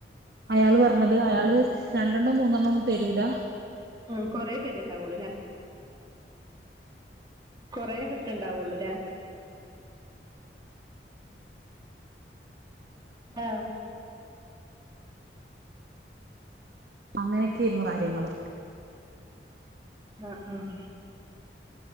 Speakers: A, on the right; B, on the right.
A: അയാള് പറഞ്ഞത് അയാള് രണ്ടെണ്ണം മൂന്നെണ്ണൊന്നും തെരൂല.
B: ഉം കൊറെ പേരെ ഉണ്ടാവുള്ളൂല്ലേ. കൊറെ കിട്ടണ്ടാവുള്ളൂല്ലേ. ആഹ്
A: അങ്ങനെ ഒക്കെ ആയിരുന്നു കാര്യങ്ങള്.
B: ആഹ് ആഹ്.